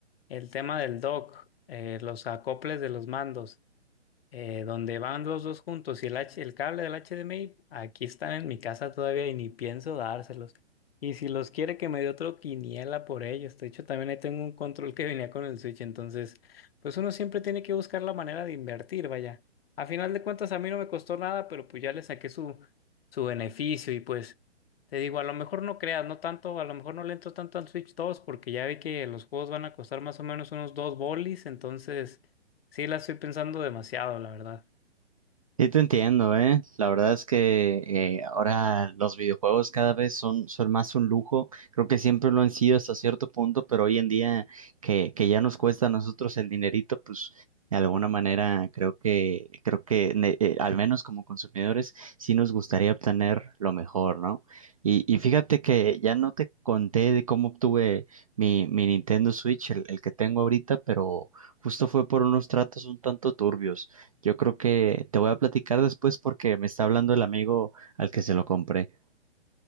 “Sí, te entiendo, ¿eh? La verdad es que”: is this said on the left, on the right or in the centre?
Right